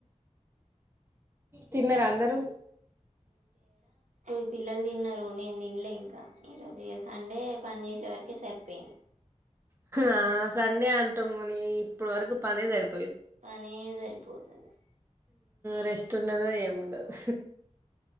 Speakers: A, on the right (about 20°); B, on the right (about 80°).
A: తిన్నర అందరూ
B: ఇ పిల్లలు తిన్నారు నేను తిన్లే ఇంకా ఈరోజు సండే పని చేసే వరకే సరిపోయింది
A: ఆ సండే అంటాముని ఇప్పుడు వరకు పనే జరిపు
B: పని సరిపోతుంది
A: రెస్ట్ ఉండదు ఏము ఉండదు